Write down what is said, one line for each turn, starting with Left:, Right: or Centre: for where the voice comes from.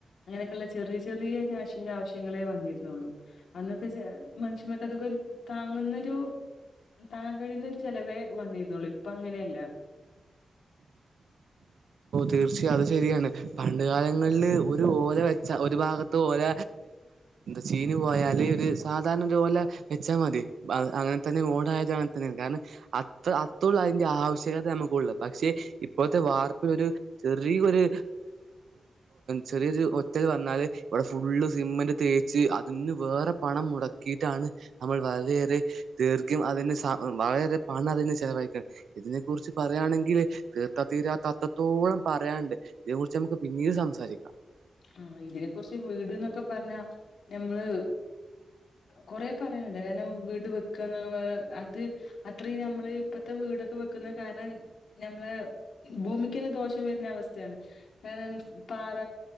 Left: അങ്ങനെയൊക്കെയള്ള ചെറിയ ചെറിയ ക്യാഷിന്റെ ആവശ്യങ്ങളേ വന്നിരുന്നുള്ളു അന്നൊക്കെ മനുഷ്യനക്ക അതൊക്കെ താങ്ങുന്നൊരു താങ്ങാൻ കഴിയുന്നൊ ഒരു ചിലവേ വന്നിരുന്നുള്ളു ഇപ്പൊ അങ്ങനെയല്ല
Right: തീർച്ചയും അത് ശരിയാണ് പണ്ട കാലങ്ങളില് ഒരു ഓല വെച്ച ഒരു ഭാഗത്ത് ഓല ചീന് പോയാല് ഒരു സാധാരണ ഒരുപലെ വെച്ചാൽ മതി അങ്ങനെ തന്നെ മോട അ അത്ത അതിന്റെ ആവശ്യകത നമുക്ക ഉള്ള പക്ഷേ ഇപ്പോഴത്തെ വാർ ഒരു ചെറിയൊരു ചെറിയരു ഒറ്റൽ വന്നാല് ഇവിടെ ഫുള്ള് ന്റ് തേച്ച് അതിന് വേറെ പണം മുടക്കിയിട്ടാണ് നമ്മൾ വളരെയേറെ ദീർഘം വളരെ പണം അതിെ ചെലവഴിക്കണം ഇതിനെ കുറിച്ച് പറയുകയാണെങ്കിൽ തീർത്ഥ തീരാത്ത അത്രത്തോളം പറയാനുണ്ട് ഇതിനേ കുുറിച്ച് നമുക്ക് പിന്നീട് സംസാരിക്കാം
Left: ആഹ ഇതിനെ കുുറിച്ച് വീട്ന്നൊക്കെ പറഞ്ഞാ നഞമ്മള് കൊറേ പറയാനുണ്ട് കണം വീട് വെക്കുകന്ന് അത് അത്രയും നമ്മള് ഇപ്പത്തെ വീട് ട വെക്കുന്ന കാരണം നമ്മള ഭൂമിക്കിന് ദോഷം വരുന്ന അവസ്ഥയാണ് കാരണം പാറ